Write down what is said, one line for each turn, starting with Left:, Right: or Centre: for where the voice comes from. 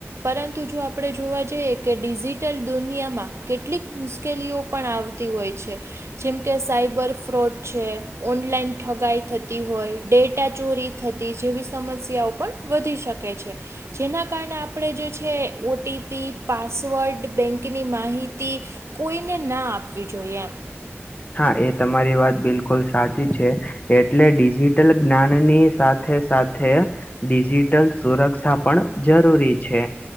Right: પરંતુ જો આપણે જોવા જઈએ કે ડિજિટલ દુનિયામાં કેટલીક મુશ્કેલીઓ પણ આવતી હોય છે. જેમકે સાયબર ફ્રોડ છે, ઓનલાઈન ઠગાઈ થતી હોય, ડેટા ચોરી થતી જેવી સમસ્યાઓ પણ વધી શકે છે. જેના કારણે આપણે જે છે ઓ ટી પી, પાસવર્ડ, બેંકની માહિતી કોઈને ના આપવી જોઈએ એમ.
Left: હા એ તમારી વાત બિલકુલ સાચી છે. એટલે ડિજિટલ જ્ઞાનની સાથે સાથે ડિજિટલ સુરક્ષા પણ જરૂરી છે.